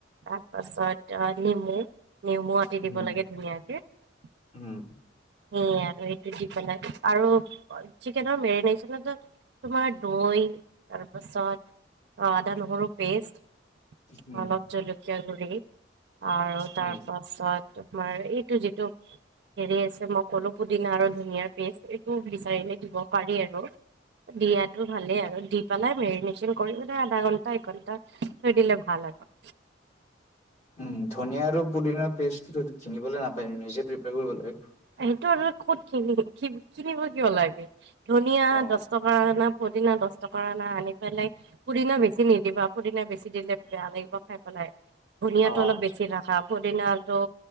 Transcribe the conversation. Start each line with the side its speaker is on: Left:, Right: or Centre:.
Right: তাৰপাছত অহ নেমু, নেমু আটি
Left: উম
Right: দিব লাগে ধুনীয়াকে। <unintelligible>
Left: উম
Right: সেয়ে আৰু সেইটো দি পেলাই আৰু চিকেনৰ মেৰিনেচনত তোমাৰ দৈ তাৰপাছত অ আদা নহৰুৰ পেষ্ট,
Left: উম
Right: অলপ জলক কীয়া গুৰি আৰু
Left: উম
Right: তাৰ পাছত তোমাৰ এইটো যিটো হেৰি আছে মই ক'লো পুদিনা আৰু ধুনীয়াৰ পেষ্ট এইটো বিচাৰিলে দিব পাৰি আৰু। দিয়াতো ভালে আৰু দি পেলাই মেৰিনেশন কৰি মানে আধা ঘন্টা এক ঘন্টা থৈ দিলে ভাল আৰু।
Left: উম ধুনীয়া আৰু পুদিনাৰ পেষ্টটো কিনিবলৈ নাপায় নিজে প্ৰিপিয়াৰ কৰিব লাগে।
Right: সেইটো আৰু ক'ত কিনি কি কিনিব কিব লাগে, ধুনীয়া
Left: অ
Right: দহ টকা অনা, পুদিনা দহ টকাৰ অনা, আনি পেলাই পুদিনা বেছি নিদিবা পুদিনা বেছি দিলে বেয়া লাগিব খাই পেলাই, ধুনীয়াটো
Left: অ
Right: অলপ
Left: আচ্ছা
Right: বেছি ৰাখা পুদিনাটো